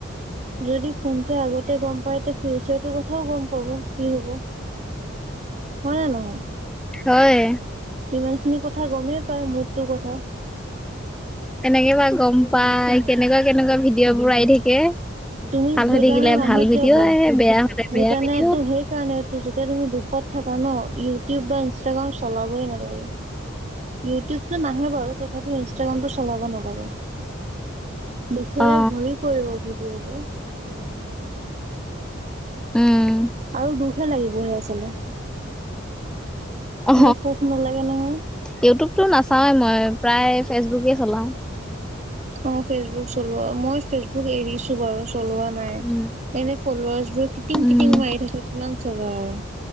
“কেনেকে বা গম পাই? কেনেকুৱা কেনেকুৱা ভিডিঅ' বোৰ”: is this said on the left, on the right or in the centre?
Centre